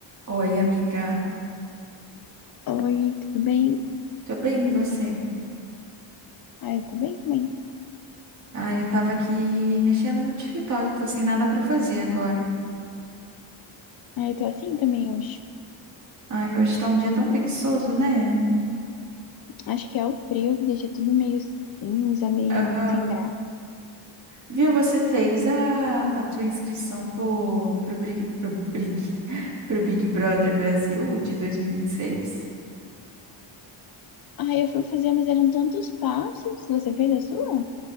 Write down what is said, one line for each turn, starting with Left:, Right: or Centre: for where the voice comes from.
Right: Oi, amiga.
Left: Oi, tudo bem?
Right: Tô bem, e você?
Left: Ah, eu tô bem também.
Right: Ah, eu tava aqui mexendo no meu TikTok, tô sem nada pra fazer agora.
Left: Ah, eu tô assim também hoje.
Right: Ai, hoje tá um dia tão preguiçoso, né?
Left: Acho que é o frio que deixa tudo meio cinza, meio
Right: Aham.
Left: sem graça.
Right: Viu, você fez a, a tua inscrição pro, pro, Big, pro, Big, <laughs> pro Big Brother Brasil de 2026?
Left: Ah, eu fui fazer, mas eram tantos passos. Você fez a sua?